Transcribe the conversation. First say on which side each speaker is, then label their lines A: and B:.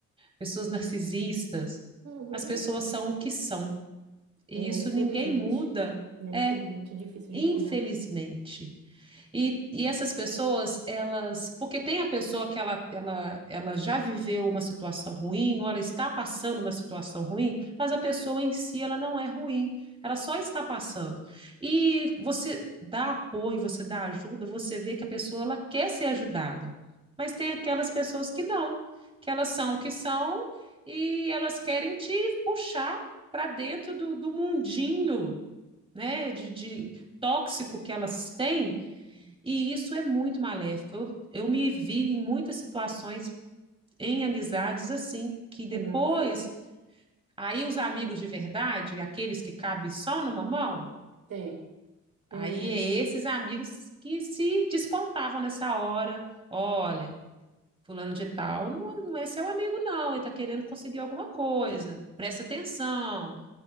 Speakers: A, on the right; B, on the right.
A: pessoas narcisistas,
B: Uhum.
A: as pessoas são o que são. E
B: É,
A: isso
B: infelizmente.
A: ninguém muda.
B: É, infelizmente
A: É,
B: é difícil
A: infelizmente.
B: de mudar.
A: E, e essas pessoas, elas, porque tem a pessoa que ela, ela, ela já viveu uma situação ruim, ou ela está passando uma situação ruim, mas a pessoa em si, ela não é ruim, ela só está passando. E você dá apoio, você dá ajuda, você vê que a pessoa, ela quer ser ajudada, mas tem aquelas pessoas que não, que elas são o que são, e elas querem te puxar para dentro do, do mundinho, né, de, de tóxico que elas têm, e isso é muito maléfico. Eu, eu me vi em muitas situações em amizades assim, que depois,
B: Nossa,
A: aí os amigos de verdade, aqueles que cabem só numa mão,
B: sei. Eu
A: aí
B: entendo.
A: é esses amigos que se despontavam nessa hora. Olha, fulano de tal não, não é seu amigo, não, ele está querendo conseguir alguma coisa. Presta atenção.